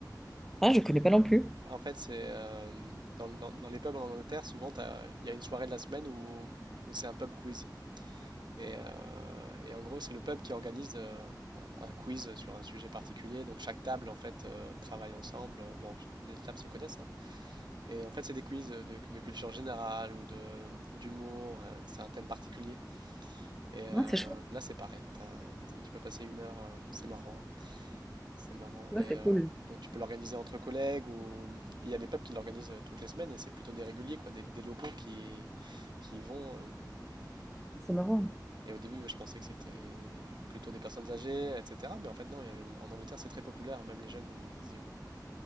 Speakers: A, in the centre; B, on the right (about 75°).
A: Ah, je connais pas non plus.
B: En fait, c'est euh, dans, dans- dans les pubs en Angleterre, souvent t'as- il y a une soirée de la semaine où, où c'est un pub quiz. Et, euh, et en gros, c'est le pub qui organise euh, un quiz sur un sujet particulier. Donc chaque table, en fait, euh, travaille ensemble. Euh, Bon, ch- les tables se connaissent, hein. Et en fait, c'est des quiz de, de culture générale ou de d'humour. euh, c'est un thème particulier. Et euh,
A: Ah, c'est chouette.
B: là, c'est pareil. T'as- t- tu peux passer une heure. euh, c'est marrant. C'est marrant.
A: Ouais,
B: Et
A: c'est
B: euh,
A: cool.
B: donc, tu peux l'organiser entre collègues ou il y a des pubs qui l'organisent euh, toutes les semaines et c'est plutôt des réguliers, quoi, des, des locaux qui qui y vont. euh,
A: C'est marrant.
B: Et au début, je pensais que c'était plutôt des personnes âgées, etc. Mais en fait, non, euh, en Angleterre, c'est très populaire, même les jeunes, ils, ils y vont.